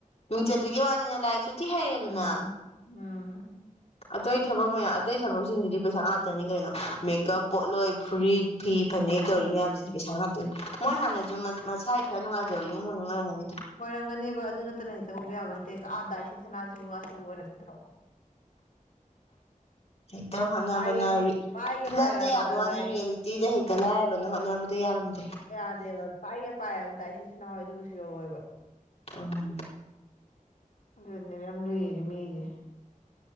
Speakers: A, on the left (about 45°); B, on the left (about 70°).
A: ꯃꯤꯡꯆꯠꯇꯨꯒꯤ ꯋꯥꯅꯤꯍꯦ ꯂꯥꯏꯔꯤꯛꯁꯨ ꯊꯤ ꯍꯩꯔꯦꯗꯅ
B: ꯎꯝ ꯎꯝ
A: ꯑꯇꯩ ꯊꯕꯛ ꯃꯌꯥꯝ ꯑꯇꯩ ꯊꯕꯛꯁꯤꯡꯗꯨꯗꯤ ꯄꯩꯁꯥ ꯉꯥꯛꯇꯅꯤ ꯀꯩꯅꯣ ꯃꯦꯀꯞ ꯄꯣꯠꯂꯣꯏ ꯐꯨꯔꯤꯠ ꯐꯤ ꯐꯅꯦꯛ
B: ꯎꯝ
A: ꯀꯧꯔꯤ ꯃꯌꯥꯝꯁꯤꯗꯤ ꯄꯩꯁꯥ ꯉꯥꯛꯇꯅꯤ ꯃꯣꯏ ꯍꯥꯟꯅꯁꯨ ꯃꯁꯥꯏ ꯈꯔ ꯅꯨꯡꯉꯥꯏꯖꯕꯒꯤ ꯏꯃꯨꯡ ꯃꯅꯨꯡꯅꯨꯡ ꯑꯣꯏꯔꯝꯒꯅꯤꯗ
B: ꯑꯣꯏꯔꯝꯒꯅꯦꯕ ꯑꯗꯨ ꯅꯠꯇꯅ ꯍꯦꯛꯇ ꯎꯕ ꯌꯥꯕ ꯅꯠꯇꯦ ꯑꯥꯗꯥ ꯁꯤ ꯁꯅꯥꯜꯁꯤꯕꯨ ꯑꯁꯤꯕꯨ ꯑꯣꯏꯔꯛꯈꯤꯗ꯭ꯔꯣ
A: ꯍꯦꯛꯇ ꯍꯣꯇꯅꯥꯕꯥꯅꯥ
B: ꯄꯥꯏꯒꯦ
A: ꯔꯤꯆ꯫
B: ꯄꯥꯏꯒꯦ
A: ꯐꯤꯂꯝꯗ
B: ꯄꯥꯏꯔꯛꯑꯕꯗ
A: ꯌꯥꯕ ꯋꯥꯅꯤ
B: ꯗꯥꯏ
A: ꯔꯤꯌꯦꯂꯤꯇꯤꯗ ꯍꯦꯛꯇ ꯂꯥꯏꯔꯕꯅ ꯍꯣꯠꯅꯕꯗ ꯌꯥꯔꯝꯗ꯭ꯔꯦ
B: ꯌꯥꯗꯦꯕ ꯄꯥꯏꯒꯦ ꯄꯥꯏꯑꯕꯗ ꯏꯆꯦ ꯁ ꯅꯍꯎꯣꯏ ꯑꯗꯨꯒꯁꯨ ꯌꯧꯔꯛꯣꯏꯕ
A: ꯎꯝ
B: ꯑꯗꯨꯅꯦ ꯌꯥꯝ ꯂꯨꯏꯔꯤꯅꯦꯦ ꯃꯤꯒꯤ